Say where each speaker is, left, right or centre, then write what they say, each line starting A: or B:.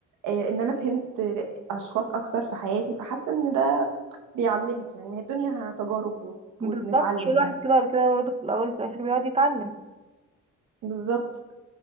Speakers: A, on the right; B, on the right.
A: آه، ان انا فهمت اشخاص اكتر في حياتي فحاسة ان ده بيعلمك يعني ما هي الدنيا تجارب وت-
B: بالظبط
A: ونتعلم
B: كل واحد
A: يعني
B: كده ولا كده برضه في الاول وفي الاخر بيقعد يتعلم
A: بالظبط